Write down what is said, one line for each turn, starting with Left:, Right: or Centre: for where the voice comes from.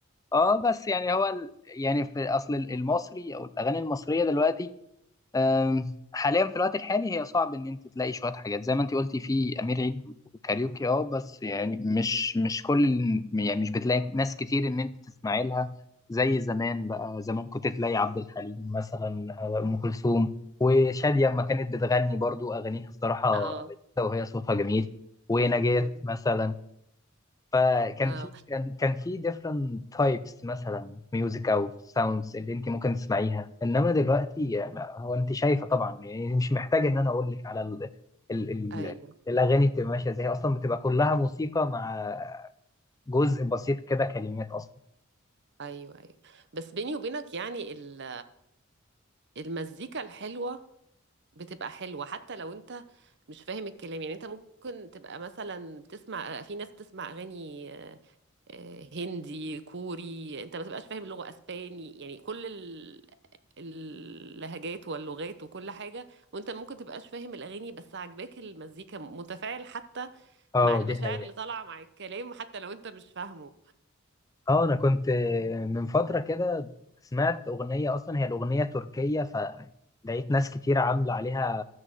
Left: اه بس يعني هو ال- يعني في اصل المصري او الاغاني المصرية دلوقتي أم، حاليا في الوقت الحالي هي صعب ان انت تلاقي شويه حاجات زي ما انت قلتي في امير عيد وكاريوكي اه بس يعني مش مش كل يعني مش بتلاقي ناس كتير ان انت تسمعي لها زي زمان بقى زمان كنت تلاقي عبد الحليم مثلا أو ام كلثوم وشاديه لما كانت بتغني برضو اغانيها الصراحه
Right: اه
Left: لذيذه وهي صوتها جميل ونجاة
Right: مم.
Left: مثلا فكان
Right: اه
Left: في كان كان في different types مثلا ميوزك او sounds اللي انت ممكن تسمعيها انما دلوقتي هو انت شايفه طبعا يعني مش محتاج ان انا اقول لك على ال ال
Right: ايوه
Left: ال الاغاني بتبقى ماشيه ازاي اصلا بتبقى كلها موسيقى مع جزء بسيط كده كلمات اصلا
Right: ايوه ايوه بس بيني وبينك يعني ال- المزيكا الحلوه بتبقى حلوه حتى لو انت مش فاهم الكلام يعني انت ممكن تبقى مثلا بتسمع في ناس بتسمع اغاني آه، آه، هندي كوري انت ما تبقاش فاهم اللغه اسباني يعني كل ال- اللهجات واللغات وكل حاجه وانت ممكن تبقاش فاهم الاغاني بس عاجباك المزيكا متفاعل حتى
Left: اه
Right: مع المشاعر
Left: دي حقيقة
Right: اللي طالعه مع الكلام حتى لو انت مش فاهمه
Left: اه انا كنت من فترة كده سمعت اغنية اصلا هي الاغنية تركية فلقيت ناس كتير عاملة عليها